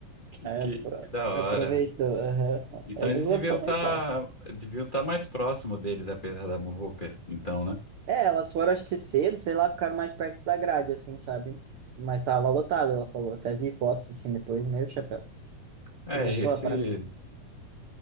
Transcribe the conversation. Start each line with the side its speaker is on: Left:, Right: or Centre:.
Left: que,
Right: É,
Left: que-
Right: apro-
Left: que da hora.
Right: aproveitou, aham.
Left: Então
Right: Eles
Left: eles
Right: aproveitaram.
Left: deviam estar deviam tá mais próximo deles, apesar da muvuca, então, né?
Right: É, elas foram, acho que cedo, sei lá, ficaram mais perto da grade, assim, sabe? Mas tava lotado, ela falou. Até vi fotos, assim, depois, meio chapéu.
Left: É,
Right: Lotou
Left: esse.
Right: a praça.